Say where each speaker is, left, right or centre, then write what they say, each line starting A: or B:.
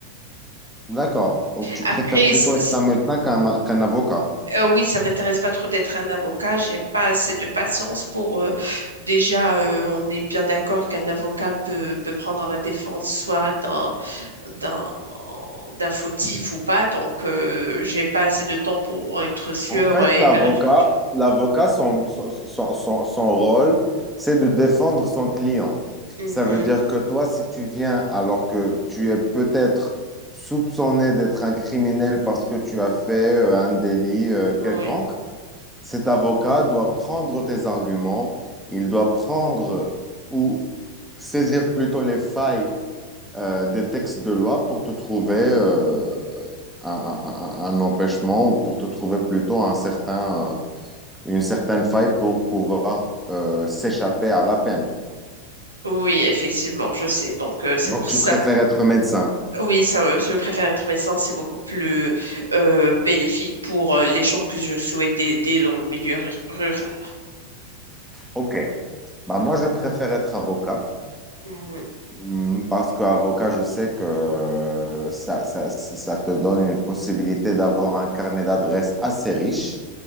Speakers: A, in the centre; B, on the right (about 80°).
A: D'accord. Donc, tu
B: Après,
A: préfères plutôt
B: c-
A: être un médecin qu'un qu'un avocat.
B: Euh, oui, ça m'intéresse pas trop d'être un avocat. J'ai pas assez de patience pour euh, déjà. euh, on est bien d'accord qu'un avocat peut, peut prendre la défense soit d'un d'un d'un fautif ou pas. Donc, euh, j'ai pas assez de temps pour être sûr
A: En fait,
B: et
A: l'avocat,
B: vérifier.
A: l'avocat, son, son, son- son- son rôle, c'est de défendre son client.
B: Mhm.
A: Ça veut dire que toi, si tu viens alors que tu es peut-être soupçonné d'être un criminel parce que tu as fait euh, un délit euh,
B: Oui.
A: quelconque, cet avocat doit prendre tes arguments, il doit prendre ou saisir plutôt les failles euh, des textes de loi pour te trouver euh, un, un- un- un empêchement ou pour te trouver plutôt un certain... euh, une certaine faille pour pouvoir euh, s'échapper à la peine.
B: Oui, effectivement, je sais. Donc, euh, c'est
A: Donc,
B: pour
A: tu
B: ça.
A: préfères être médecin.
B: Oui, ça, euh, je préfère être médecin. C'est beaucoup plus euh, bénéfique pour euh, les gens que je souhaite aider dans le milieu ru- rural.
A: OK. Bah, moi, je préfère être avocat
B: Mhm.
A: hum, parce qu'avocat, je sais que euh, ça, ça, ça te donne une possibilité d'avoir un carnet d'adresses assez riche.